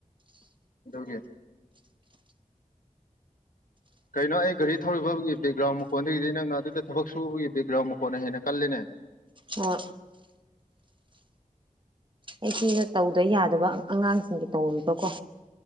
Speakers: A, on the left; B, on the right.
A: ꯒꯦ ꯀꯩꯅꯣ ꯑꯩ ꯒꯥꯔꯤ ꯊꯧꯔꯤꯕꯒꯤ ꯦꯛꯒ꯭ꯔꯥꯎꯟ ꯃꯈꯀꯣꯟꯗꯨꯗꯒꯤꯗꯤ ꯅꯪꯅ ꯑꯗꯨꯗ ꯊꯕꯛ ꯁꯨꯕꯒꯤ ꯕꯦꯛꯒ꯭ꯔꯥꯎꯟ ꯃꯈꯀꯣꯟꯅ ꯍꯦꯟꯅ ꯀꯜꯂꯤꯅꯦ
B: ꯑꯣ ꯑꯩꯈꯣꯏꯅ ꯇꯧꯗ ꯌꯥꯗꯕ ꯑꯉꯥꯡꯁꯤꯡꯒꯤ ꯇꯧꯔꯤꯕꯀꯣ